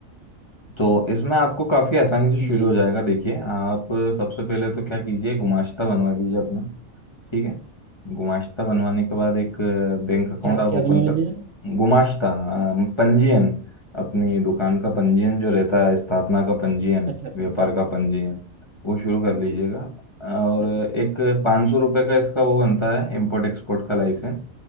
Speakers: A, on the left; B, on the right.
A: तो इसमें आपको काफ़ी आसानी से
B: जी
A: शुरू हो जाएगा देखिए आप सबसे पहले तो क्या कीजिए गुमाश्ता बनवा लीजिए अपना ठीक है गुमाश्ता बनवाने के बाद एक बैंक अकाउंट
B: क्या
A: आप
B: क्या
A: ओपन
B: बनोलॉजी
A: कर
B: है
A: गुमाश्ता अ, पंजीयन अपनी दुकान का पंजीयन जो रहता है स्थापना का पंजीयन
B: अच्छा
A: व्यापार
B: पंजी
A: का पंजीयन वो शुरू कर लीजिएगा
B: जी
A: और
B: अच्छा अच्छा
A: एक पाँच सौ रुपये का इसका वो बनता है इम्पोर्ट एक्सपोर्ट का लाइसेंस